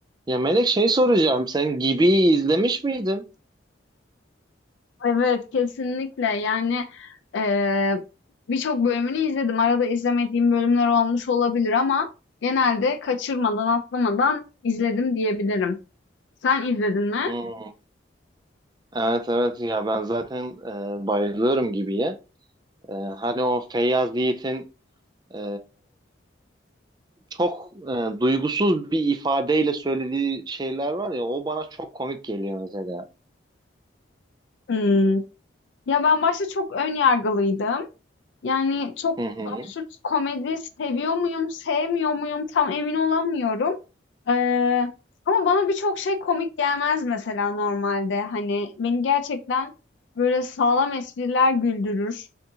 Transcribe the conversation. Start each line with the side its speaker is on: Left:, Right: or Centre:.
Right: Ya Melek şey soracağım. Sen Gibi'yi izlemiş miydin?
Left: Evet, kesinlikle. Yani, eee, birçok bölümünü izledim. Arada izlemediğim bölümler olmuş olabilir ama genelde kaçırmadan, atlamadan izledim diyebilirim. Sen izledin mi?
Right: Hmm. Evet evet ya ben zaten e, bayılıyorum Gibi'ye. E, hani o Feyyaz Yiğit'in e, çok e, duygusuz bir ifadeyle söylediği şeyler var ya o bana çok komik geliyor mesela.
Left: Hımm. Ya, ben başta çok ön yargılıydım. Yani, çok
Right: Hı hı.
Left: absürt komedi seviyor muyum, sevmiyor muyum tam emin olamıyorum. Eee, ama bana birçok şey komik gelmez mesela normalde. Hani, beni gerçekten böyle sağlam espriler güldürür.